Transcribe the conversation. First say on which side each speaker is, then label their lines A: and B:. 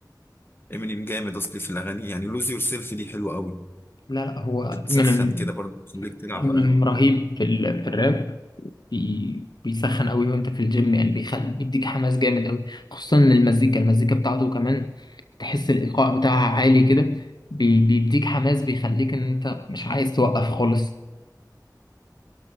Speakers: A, on the left; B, on the left.
A: امينيم جامد اصلي في الاغاني يعني لوز يور سيلف دي حلوه قوي
B: لا لا هو
A: بتسخن
B: من
A: كده برضه بتخليك تلعب
B: من
A: بقى
B: رهيب في ال... في الراب بي... بيسخن قوي وانت في الجيم يعني بيخلي بيديك حماس جامد قوي خصوصا إن المزيكا المزيكا بتاعته كمان تحس الايقاع بتاعها عالي كده بي... بيديك حماس بيخليك ان انت مش عايز توقف خالص